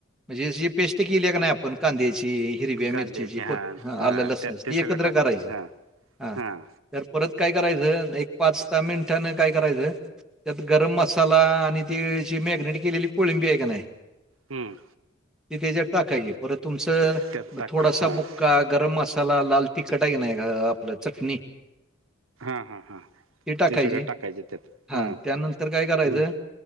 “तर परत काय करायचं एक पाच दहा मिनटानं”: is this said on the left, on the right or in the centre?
Centre